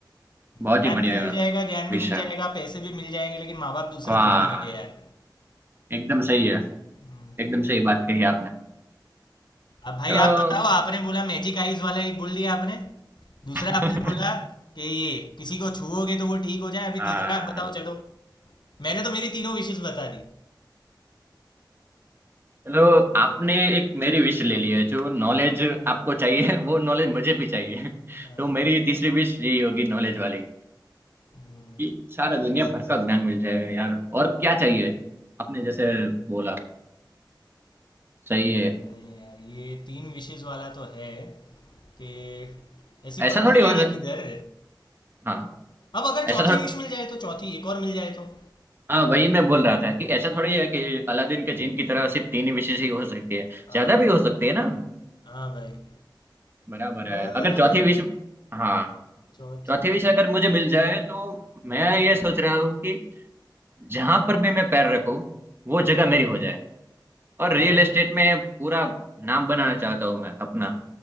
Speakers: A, on the right (about 30°); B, on the left (about 65°).
A: बहुत
B: ज्ञान
A: ही बढ़िया
B: भी मिल जाएगा ज्ञान
A: विषय
B: भी मिल जाएगा पैसे भी मिल जाएंगे लेकिन माँ बाप दूसरे
A: वाह
B: थोड़ी मिलेंगे यार
A: एकदम सही है
B: हम्म,
A: एकदम सही बात कही आपने
B: अब भाई
A: चलो
B: आप बताओ आपने बोला मैजिक आईज वाला एक बोल दिया आपने दूसरा
A: <laughs>
B: आपने बोला कि ये किसी को छुओगे तो वो ठीक हो जाए अभी
A: हाँ
B: तीसरा आप बताओ चलो मैंने तो मेरी तीनों विशेष बता दी
A: चलो आपने एक मेरी विश ले ली है जो नॉलेज आपको चाहिए वो नॉलेज मुझे भी चाहिए <laughs>
B: हाँ,
A: तो मेरी तीसरी विश यही होगी नॉलेज वाली
B: हम्म,
A: कि सारा दुनिया भर का ज्ञान मिल जाए यार और क्या चाहिए आपने जैसे बोला सही है
B: नहीं यार ये तीन विशेष वाला तो है कि ऐसी
A: ऐसा
B: पर
A: थोड़ी
B: मिलेगी
A: हो सकता
B: किधर
A: हाँ
B: अब अगर
A: ऐसा
B: चौथी
A: थोड़ा
B: विश मिल जाए तो चौथी एक और मिल जाए तो
A: हाँ वही मैं बोल रहा था कि ऐसा थोड़ी है कि अलादीन के जिन की तरह सिर्फ तीन ही विशेष ही हो सकती है
B: हाँ
A: ज्यादा भी हो सकती है ना
B: हाँ भाई
A: बराबर
B: पर
A: है अगर
B: अगर
A: चौथी विश हाँ
B: चौथी
A: चौथी विश अगर मुझे मिल जाए तो मैं ये सोच रहा हूँ कि जहां पर भी मैं पैर रखूँ वो जगह मेरी हो जाए और
B: क्या
A: रियल
B: बात
A: एस्टेट
B: कर रहा
A: में
B: है?
A: पूरा नाम बनाना चाहता हूँ मैं अपना